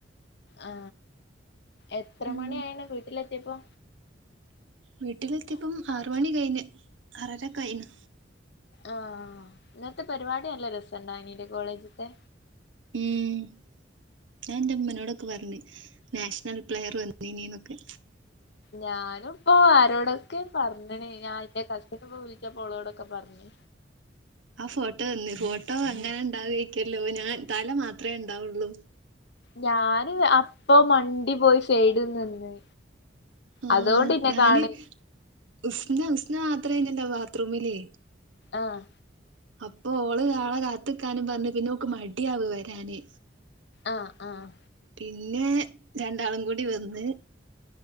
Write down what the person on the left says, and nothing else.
ആ എത്ര
മണി ആയിണ് വീട്ടിലെത്തിയപ്പോ?
ആഹ് ഇന്നത്തെ പരിപാടി നല്ലെരസണ്ടായിനിലെ കോളേജ്ത്തെ
ഞാനും ഇപ്പോ ആരോടൊക്കെ പറഞ്ഞ്ണ് ഞാൻ എന്റെ കസിനിപ്പോ വിളിച്ചപ്പോ ഓളോടൊക്കെ പറഞ്ഞ്
ഞാന് അപ്പോ മണ്ടി പോയി സെയിഡിൽ നിന്ന്
അതോണ്ട് ഇന്നെ
കാണ്
ആഹ്
ആഹ് ആഹ്